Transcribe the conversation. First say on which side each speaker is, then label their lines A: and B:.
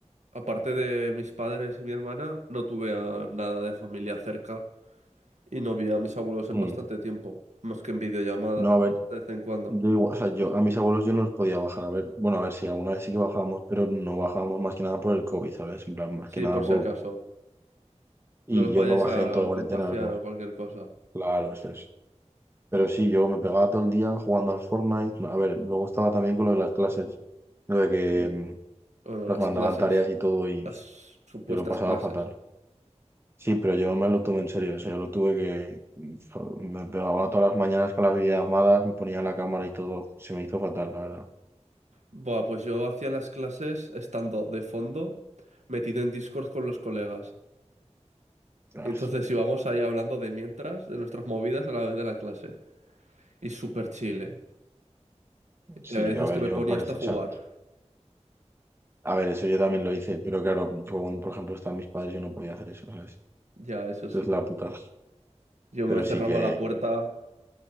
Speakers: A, on the right; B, on the right.
A: Aparte de mis padres y mi hermana, no tuve a nada de familia cerca y no vi a mis abuelos en
B: Mm,
A: bastante tiempo, más que en videollamada,
B: No, a ver,
A: de vez en cuando.
B: yo igual- o sea, yo a mis abuelos yo no los podía bajar, a ver, bueno, a ver si alguna vez sí que bajábamos, pero no bajábamos más que nada por el COVID, ¿sabes? En plan, más
A: Sí,
B: que nada
A: por si
B: por...
A: acaso.
B: Y
A: No los
B: yo
A: vayáis
B: no bajé
A: a
B: en toda cuarentena
A: contagiar
B: a verlos.
A: o cualquier cosa.
B: Claro, eso es. Pero sí, yo me pegaba todo el día jugando al Fortnite. no, A ver, luego estaba también con lo de las clases, lo de que
A: Sí.
B: mm,
A: Bueno,
B: nos
A: las
B: mandaban
A: clases,
B: tareas y todo y
A: las supuestas
B: yo lo pasaba
A: clases.
B: fatal. Sí, pero yo me lo tomé en serio, o sea, yo lo tuve que... Me pegaba todas las mañanas con las videollamadas, me ponía la cámara y todo, se me hizo fatal, la verdad.
A: Buah, pues yo hacía las clases estando de fondo, metido en Discord con los colegas. Y Entonces
B: Ostras.
A: íbamos ahí hablando de mientras, de nuestras movidas a la vez de la clase. Y súper chile.
B: Sí,
A: Y a veces
B: yo, a ver,
A: que me
B: yo
A: ponía
B: parecía,
A: hasta jugar.
B: o sea, a ver, eso yo también lo hice, pero claro, yo, cuando, por ejemplo, estaban mis padres, yo no podía hacer eso, ¿sabes?
A: Ya, eso
B: Esto
A: sí.
B: es la puta.
A: Yo
B: Pero
A: me cerraba
B: sí que,
A: la puerta